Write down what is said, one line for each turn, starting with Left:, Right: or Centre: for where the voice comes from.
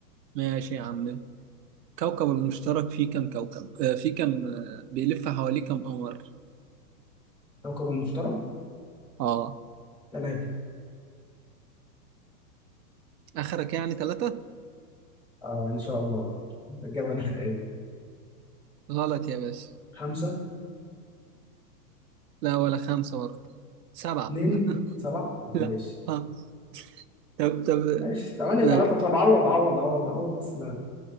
Right: ماشي يا عم كوكب المشترك فيه كم كوكب آه، فيه كم آه، بيلف حواليه كم قمر
Centre: كوكب المشتري
Right: اه
Centre: ثلاثة
Right: اخرك يعني ثلاثة
Centre: اه ان شاء الله إجابة نهائية
Right: غلط يا باشا
Centre: خمسة
Right: لا ولا خمسة برضه سبعة
Centre: اتنين سبعة اه
Right: لا
Centre: ماشي
Right: ها طب طب
Centre: ماشي 8
Right: ما-
Centre: 3 طب عوض عوض عوض عوض بس اللي